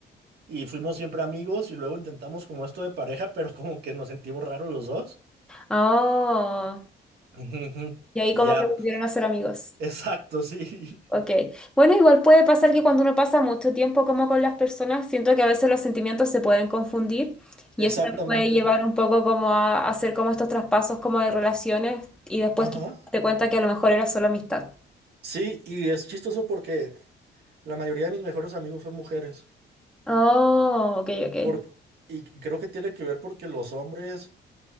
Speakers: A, on the right (about 60°); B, in the centre.
A: y fuimos siempre amigos y luego intentamos como esto de pareja, pero como que nos sentimos raros los dos.
B: Oh.
A: Ujú, ujú.
B: Y ahí
A: Y
B: como
A: ya,
B: que volvieron a ser amigos.
A: <laughs> exacto, sí,
B: Ok. Bueno, igual puede pasar que cuando uno pasa mucho tiempo como con las personas, siento que a veces los sentimientos se pueden confundir y
A: <laughs> exactamente.
B: eso me puede llevar un poco como a hacer como estos traspasos como de relaciones y después
A: Ajá.
B: quizás te cuenta que a lo mejor era solo amistad.
A: Sí, y es chistoso porque La mayoría de mis mejores amigos son mujeres.
B: Oh, ok, ok.
A: Por, y creo que tiene que ver porque los hombres,